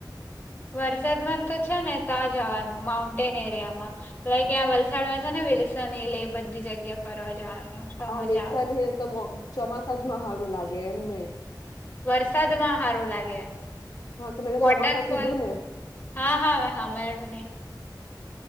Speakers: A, on the left (about 25°); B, on the left (about 60°).
A: વરસાદમાં તો છે ને ત્યાં જવાનું માઉન્ટેન એરિયામાં. લાઈક ત્યાં વલસાડમાં છેો ને વેલસ હલે એ બધી જગ્યા ફરવા જવાનું. તો
B: આ
A: મજા
B: વિન્સન
A: આવે
B: હિલ તો ચોમાસા જમાં સારું લાગે એમ નહ.
A: વરસાદમાં સારો લાગે
B: હા તો મેને
A: વોટરફોલ.
B: ચોમાસા કીધું ને
A: હા હા હા મેળુંને